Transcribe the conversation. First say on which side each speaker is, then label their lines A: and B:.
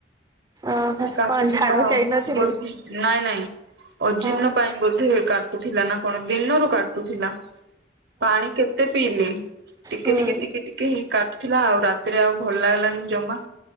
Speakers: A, on the right (about 20°); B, on the right (about 65°).
A: ଓହୋ
B: କାଟୁଥିବା
A: କଣ ଝାଡା
B: ଆଉ
A: ଯାଇନଥିଲୁ?
B: ବୋଧେ ନାଇଁ ନାଇଁ ଅଜିୀର୍ଣ୍ଣ
A: ଓହୋ
B: ପାଇଁ ବୋଧେ କାଟୁଥିଲା ନା କଣ ଦିନରୁ କାଟୁଥିଲା। ପାଣି କେତେ ପିଇଲି ଟିକେ
A: ହୁଁ।
B: ଟିକେ ଟିକେ ଟିକେ ହେଇ କାଟୁଥିଲା। ଆଉ ରାତ ରାତିରେ ଆଉ ଭଲ ଲାଗିଲାନି ଜମା